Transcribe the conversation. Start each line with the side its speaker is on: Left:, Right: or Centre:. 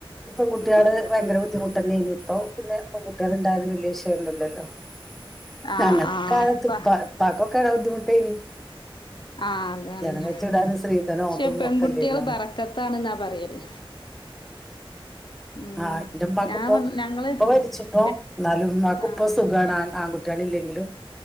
Centre: പെൺകുട്ടികള് ഭയങ്കര ബുദ്ധിമുട്ടെന്നേനി ഇപ്പൊ പിന്നെ പെൺകുട്ടികൾ ഉണ്ടായത് വല്യ ന്നില്ലല്ലോ <inaudible>
Left: ആഹ്
Centre: ഞങ്ങളെ
Left: ആഹ് ആഹ് ആഹ്
Centre: കാലത്തൊക്കെ
Left: ഇപ്പ
Centre: പ്പാ പ്പാക്കോ ക്കൊരു ബുദ്ധിമുട്ടേനി <unintelligible>
Left: ആഹ അതാണ്
Centre: കല്യാണം കഴിച്ചു വിടാനും
Left: പക്ഷെ
Centre: സ്ത്രീധനോ അതും
Left: പെൺകുട്ടികള്
Centre: ഒക്കെ അല്ലേന്നാണ്
Left: ബാറക്കത്ത ആന്നാ പറയല് ഉം
Centre: ആഹ ഇന്റെ ഇമ്മാക്ക്
Left: ഞാൻ
Centre: ഇപ്പോ
Left: വ ഞങ്ങള്
Centre: ഇപ്പ മരിച്ചിരുന്ന്
Left: എ
Centre: ന്നാലും ഇമ്മാക്ക്
Left: ആഹ്
Centre: ഇപ്പൊ സുഖാണ് ആൺകുട്ടിയളില്ലെങ്കിലും